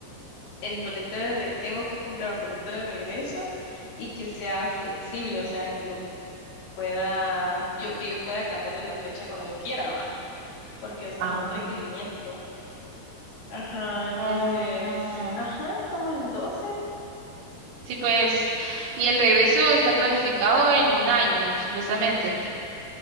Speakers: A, on the left; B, on the right.
A: el boleto de re- tengo que comprar un boleto de regreso y que sea flexible, o sea, que lo pueda, yo, que yo pueda cambiarle la fecha cuando yo quiera, ¿va? Porque es como
B: Ah.
A: un requerimiento. Ajá, entonces,
B: Ah,
A: ajá, como en doce
B: sí, pues, y el regreso está planificado en un año, supuestamente.